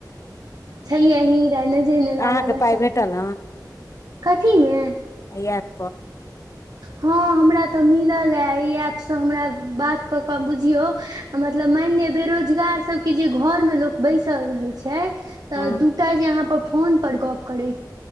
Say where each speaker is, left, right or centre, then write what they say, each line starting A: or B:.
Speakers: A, on the right; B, on the left.
A: छैय ही नजर नहि लागै
B: अहाँके
A: बच्चा
B: पाइ भेटल
A: के कथी मे
B: यत
A: हँ हमरा तऽ मिलल यए एहि ऐपसँ हमरा बात कऽ कऽ बुझियउ मतलब माइन लि बेरोजगार सब के जे घर में लोग बैसल रहे छै
B: हँ
A: दो ग करै